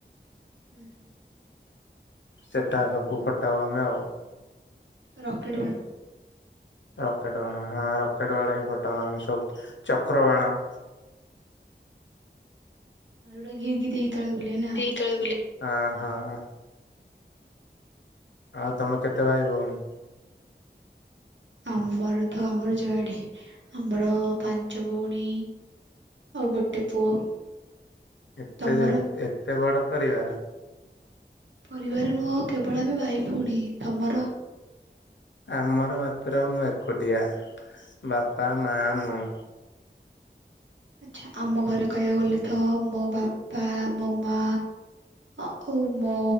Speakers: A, on the right; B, on the left.
A: ଉଁ ହୁଁ।
B: ସେଟା ସବୁ ଫଟାଉ ଆମେ ଆଉ।
A: ରକେଟ୍ ବାଣ।
B: ରକେଟ୍ ବାଣ ହଁ ରକେଟ୍ ବାଣ ହିଁ ଫଟାଉ ଆମେ ସବୁ ଚକ୍ରବାଣ।
A: ଆଉ ଯୋଉଟା ଘିରିଘିରି ହେଇକି ତଳେ ବୁଲେ ନା।
B: ତଳେ ବୁଲେ ହଁ ହଁ ହଁ। ଆଉ ତମେ କେତେ ଭାଇ ଭୋଉଣୀ।
A: ଆମର ତ ଆମର ଜଏଣ୍ଟ ଆମର ପାଞ୍ଚ ଭଉଣୀ। ଆଉ ଗୋଟେ ପୁଅ।
B: ଏତେ
A: ତମର?
B: ଯେ ଏତେ ବଡ ପରିବାର।
A: ପରିବାର ନୁହଁ କେବଳ ଆମେ ଭାଇ ଭଉଣୀ ତମର
B: ଆମର ମାତ୍ର ମୁଁ ଏକୁଟିଆ ବାପା ମା ମୁଁ।
A: ଆଚ୍ଛା ଆମ ଘରେ କହିବାକୁ ଗଲେ ତ ମୋ ବା ପା ମୋ ମା ଆଉ ମୋ